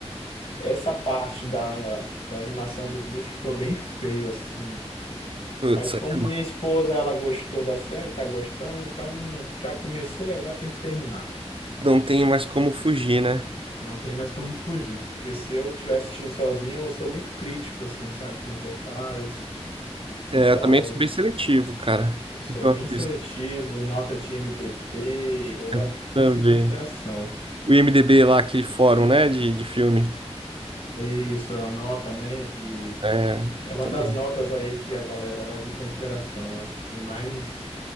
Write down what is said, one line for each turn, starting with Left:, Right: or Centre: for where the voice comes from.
Left: Essa parte da, da animação dos bichos ficou bem feio, assim.
Right: Putz,
Left: Mas como
Right: aí é
Left: minha
Right: mal.
Left: esposa, ela gostou da série, tá gostando, então já comecei, agora tem que terminar.
Right: não tem mais como fugir, né?
Left: Não tem mais como fugir, porque se eu estiver assistindo sozinho, eu sou muito crítico, assim, sabe, com os detalhes. Então,
Right: É, eu também sou bem seletivo, cara.
Left: eu sou
Right: no que
Left: bem
Right: Eu
Left: seletivo,
Right: assisto.
Left: nota de IMDb, eu levo
Right: Eu
Left: tudo
Right: também.
Left: isso em consideração.
Right: O IMDb lá, aquele fórum, né, de, de filme.
Left: Isso, a nota, né, de...
Right: É,
Left: É
Right: eu
Left: uma
Right: também.
Left: das notas aí que a galera leva em consideração. Acho que tem mais